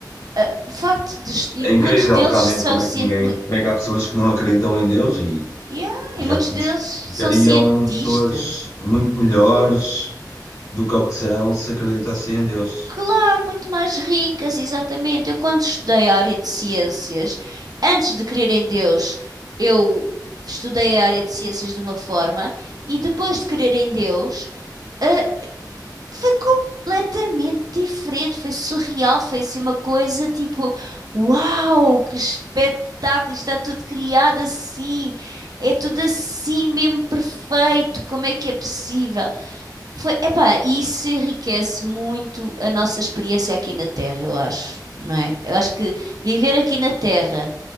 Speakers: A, on the right (about 55°); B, on the left (about 45°).
A: ah, o facto de, est- e
B: É incrível
A: muitos deles
B: realmente
A: são
B: como
A: cientistas,
B: é que ninguém, como é que há pessoas que não acreditam em Deus e,
A: yeah,
B: e realmente
A: e muitos deles são
B: ficariam
A: cientistas,
B: pessoas muito melhores do que ao que são se acreditassem em Deus.
A: Claro, muito mais ricas, exatamente. Eu, quando estudei a área de ciências, antes de crer em Deus, eu estudei a área de ciências de uma forma e depois de crer em Deus, ah, foi completamente diferente. Foi surreal, foi assim uma coisa tipo: Uau, que espetáculo! Está tudo criado assim, é tudo assim mesmo perfeito. Como é que é possível? Foi, epá, e isso enriquece muito a nossa experiência aqui na Terra, eu acho, não é? Eu acho que viver aqui na Terra,